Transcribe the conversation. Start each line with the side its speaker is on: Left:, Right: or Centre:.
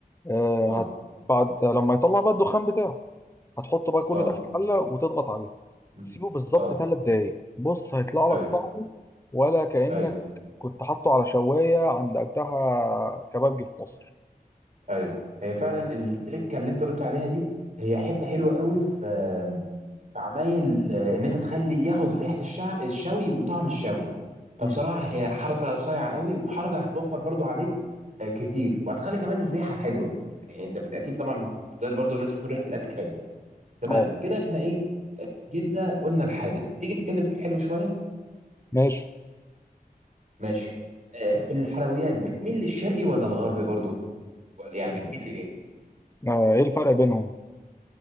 Left: آه
Right: اه
Left: هت... بعد لما يطلع بقى الدخان بتاعه هتحط بقى كل
Right: اه
Left: ده في الحله وتضغط عليها
Right: مم.
Left: سيبه بالظبط
Right: اه
Left: ثلاث دقايق بص هيطلع
Right: ايوه
Left: لك طعمه ولا كأنك
Right: ايوه
Left: كنت حاطه على شوايه عند اجدها كبابجي في مصر
Right: ايوه هي فعلا التركه اللي انت قلت عليها دي هي حته حلوه قوي في عمايل آه، ان انت تخلي ياخد ريحه الشع... الشوي وطعم الشوي فبصراحه
Left: امم
Right: هي حركه صايعه قوي وحركه هتوفر برضو عليك آه، كتير وهتخلي كمان الريحه حلوه يعني انت بت- اكيد طبعا ده برضو لازم يكون ريحه الاكل حلوه تمام
Left: اه
Right: كده احنا ايه آه، جبنا قلنا الحادق تيجي نتكلم في الحلو شويه
Left: ماشي
Right: ماشي آه، في الحلويات بتميل للشرقي ولا الغربي برضو ولا يعني بتميل لايه
Left: آه ايه الفرق بينهم